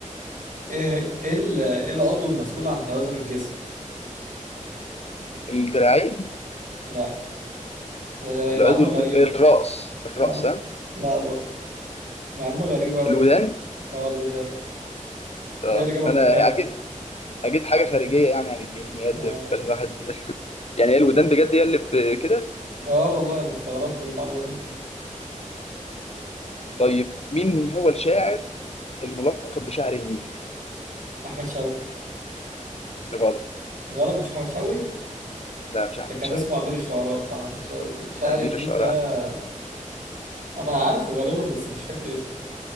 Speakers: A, on the right (about 85°); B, on the left (about 50°).
A: ايه ايه ال- إيه العضو المسؤول عن توازن الجسم
B: الدراعين
A: لا هي
B: العضو
A: معلومة غريبة
B: الراس الراس
A: معلو...
B: ها
A: لا برضه معلومة غريبة أوي
B: الودان
A: مش اه الوداد
B: اه
A: ده هي اللي جابها
B: انا
A: في دماغي
B: اكيد اكيد حاجه خارجيه يعني عن الجسم هي اللي
A: اه
B: بتخلي الواحد <laughs> يعني هي الودان بجد هي اللي ب- كده
A: اه والله أنا استغربت من المعلومة دي
B: طيب مين هو الشاعر الملقب بشاعر النيل
A: أحمد شوقي
B: غلط
A: غلط مش أحمد شوقي
B: لا مش احمد
A: ده كان
B: شوقي
A: اسمه أمير الشعراء صح أحمد شوقي شاعر
B: لا، امير
A: النيل
B: الشعراء
A: ده
B: أحمد.
A: أنا عارفه غالبا بس مش فاكر اسمه